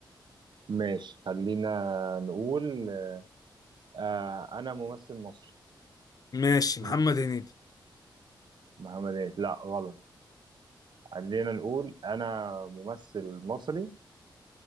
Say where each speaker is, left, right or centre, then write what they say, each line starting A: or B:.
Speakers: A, on the right; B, on the left.
A: ماشي خلينا نقول آه أنا ممثل مصري
B: ماشي
A: مم.
B: محمد هنيدي
A: محمد عيد لا غلط خلينا نقول انا ممثل مصري